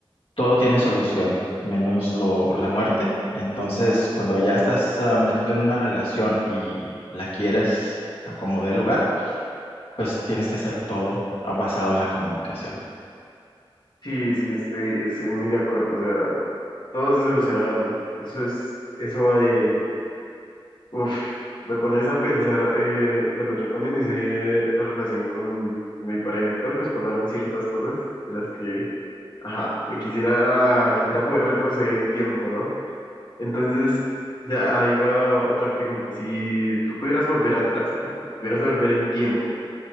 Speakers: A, on the left (about 80°); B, on the left (about 55°).
A: todo tiene solución, menos lo, la muerte. Entonces, cuando ya estás ah, metido en una relación y la quieres a como dé lugar, pues tienes que hacer todo ah, basado en la comunicación.
B: Sí, sí, estoy, estoy muy de acuerdo. O sea, todo se soluciona hablando. Eso es, eso va de ahí. Uf, me pones a pensar, eh, bueno, yo cuando inicié la relación con, con mi pareja actual, pues pasaron ciertas cosas de las que, ajá, me quisiera, quisiera poder retroceder el tiempo, ¿no? Entonces, de ahí va otra pregunta. Si tú pudieras volver atrás, al- pudieras devolver el tiempo,